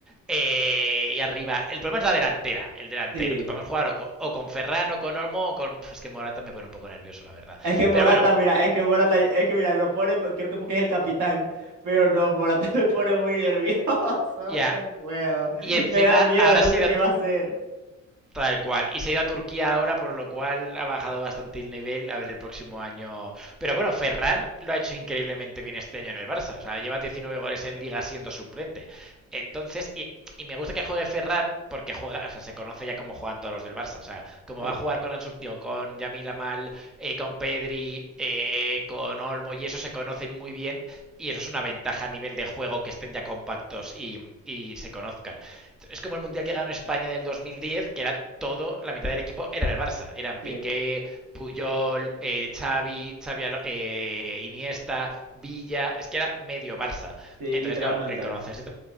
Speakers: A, in the centre; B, on the right.
A: eh, y arriba, el problema es la delantera, el delantero,
B: Sí.
A: que podemos jugar o con, o con Ferran o con Olmo o con... Es que Morata me pone un poco nervioso, la verdad.
B: Es que Morata,
A: Pero bueno,
B: mira, es que Morata, es que mira, lo pone, creo que porque es el capitán, pero no, Morata <laughs> me pone muy nervioso, <laughs>
A: ya.
B: no puedo,
A: Y encima
B: me da miedo,
A: ahora
B: no
A: se
B: sé
A: ha ido
B: qué va a hacer.
A: Tal cual. Y se ha ido a Turquía ahora, por lo cual ha bajado bastante el nivel. A ver el próximo año. Pero bueno, Ferran lo ha hecho increíblemente bien este año en el Barça. O sea, lleva 19 goles en liga siendo suplente. Entonces, y, y me gusta que juegue Ferran porque juega, o sea, se conoce ya cómo juegan todos los del Barça. O sea, como
B: Sí,
A: va a jugar con Ansu, digo, con Yamil Amal, eh, con Pedri, eh, con Olmo y eso se conocen muy bien. Y eso es una ventaja a nivel de juego que estén ya compactos y, y se conozcan. Es como el mundial que ganó España del 2010, que era todo, la mitad del equipo era el Barça. Eran Piqué,
B: sí.
A: Puyol, eh, Xavi, Xavi Alo- eh, Iniesta, Villa. Es que era medio Barça.
B: Sí,
A: Entonces,
B: literalmente.
A: claro, el conocerse